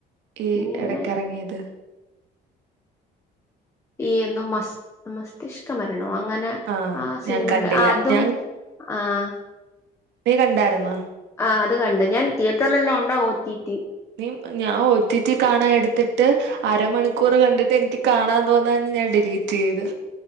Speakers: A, on the right; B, on the left.
A: ഈ
B: പിന്നെ ഇങ്ങനെ
A: എടക്കെറങ്ങിയത്.
B: ഈ എന്തോ മസ് മസ്തിഷ്ക മരണോ അങ്ങനെ
A: ആഹ്
B: ആ സിനിമണ്ട്
A: ഞാൻ കണ്ടില്ല
B: അതും
A: ഞാൻ
B: ആഹ്
A: നീ കണ്ടായിരുന്നോ
B: ആഹ് അത് കണ്ട് ഞാൻ തിയേറ്ററിലുള്ള ഒണ്ട ഓറ്റീറ്റി
A: ഇനിം ഞാ ഓറ്റീറ്റി കാണാൻ എടുത്തിട്ട് അരമണിക്കൂർ കണ്ടിട്ട് എനിക്ക് കാണാൻ തോന്നാനി ഞാൻ ഡിലീറ്റ് ചെയ്ത്